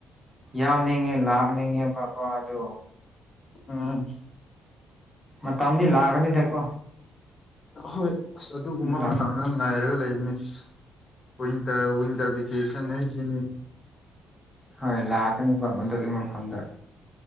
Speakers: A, in the centre; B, on the left.
A: ꯌꯥꯎꯅꯤꯡꯉꯦ ꯂꯥꯛꯅꯤꯡꯉꯦꯕꯀꯣ ꯑꯗꯨ
B: ꯑꯝ
A: ꯃꯇꯝꯗꯤ ꯂꯥꯛꯒꯅꯤ ꯗꯀꯣ
B: ꯑꯍꯣꯏ ꯑꯁ ꯑꯗꯨꯒꯨꯝꯕ
A: ꯂꯥꯛꯀꯅꯤ
B: ꯃꯇꯝꯗ ꯉꯥꯏꯔꯒ ꯂꯩꯕꯅꯤ ꯋꯤꯟꯇꯔ ꯋꯤꯟꯇꯔ ꯚꯦꯀꯦꯁꯟ ꯍꯥꯏꯖ ꯁꯤꯅꯤ
A: ꯍꯣꯏ ꯂꯥꯛꯀꯅꯦꯕ ꯃꯗꯨꯒꯤ ꯃꯐꯝꯗ